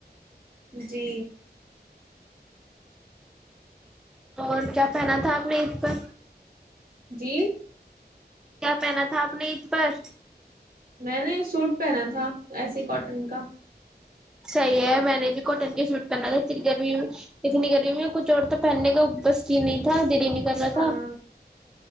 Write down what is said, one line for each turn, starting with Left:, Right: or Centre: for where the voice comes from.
Right: جی
Centre: اور کیا پہنا تھا آپ نے اسید پر
Right: جی
Centre: کیا پہنا تھا آپ نے عید پر
Right: میں نے سوٹ پہنا تھا ایسی کاٹ انن کا
Centre: صحیح ہے میں نے بھی کاٹن کے شوٹ پہنا تھا اتنی گرمی اتنی گرمی میں کچھ اور تو پہننے کا بسی نہیں تھا دی کر رہا
Right: ہاں
Centre: تھا